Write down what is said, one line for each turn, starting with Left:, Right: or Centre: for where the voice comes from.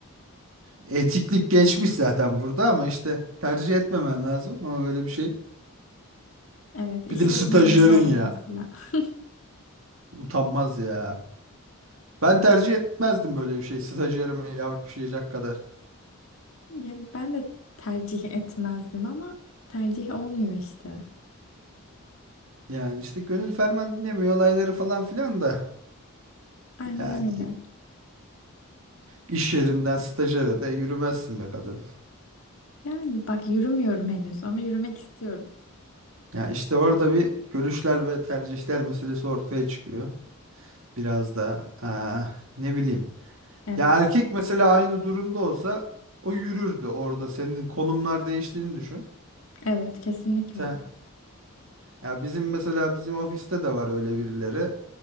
Right: Etiklik geçmiş zaten burada ama işte tercih etmemen lazım ama böyle bir şey.
Left: Evet iş
Right: Bir de
Left: yerinden
Right: stajyerin
Left: biri olmamasıyla.
Right: ya.
Left: <laughs>
Right: Utanmaz ya. Ben tercih etmezdim böyle bir şey. Stajyerime yavşayacak kadar.
Left: Yani ben de tercih etmezdim ama tercih olmuyor işte.
Right: Yani işte gönül ferman dinlemiyor olayları falan filan da.
Left: Aynen
Right: Yani
Left: öyle.
Right: iş yerinden stajyere de yürümezsin be kadın.
Left: Yani bak yürümüyorum henüz ama yürümek istiyorum.
Right: Ya işte orada bir görüşler ve tercihler meselesi ortaya çıkıyor. Biraz da aa, ne bileyim.
Left: Evet,
Right: Ya erkek mesela aynı durumda olsa o yürürdü orada. Senin konumlar değiştiğini düşün.
Left: evet kesinlikle.
Right: Sen ya bizim mesela bizim ofiste de var öyle birileri.